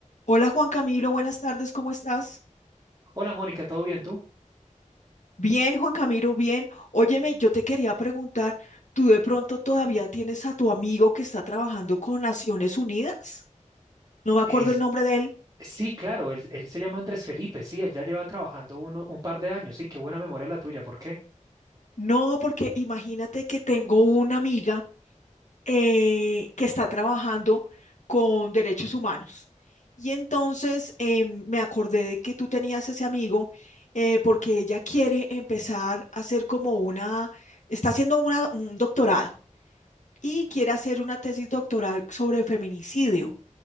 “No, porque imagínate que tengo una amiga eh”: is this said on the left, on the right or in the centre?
Left